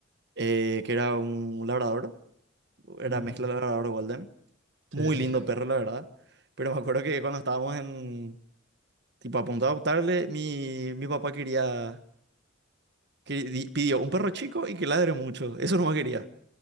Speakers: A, on the right (about 55°); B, on the right (about 80°).
A: eh, que era un labrador, era
B: ujú,
A: mezcla labrador golden.
B: Sí,
A: Muy
B: sí,
A: lindo
B: sí.
A: perro, la verdad. Pero me acuerdo que cuando estábamos en, tipo a punto de adoptarle, mi, mi papá quería, que- di- pidió un perro chico y que ladre mucho. Eso no quería.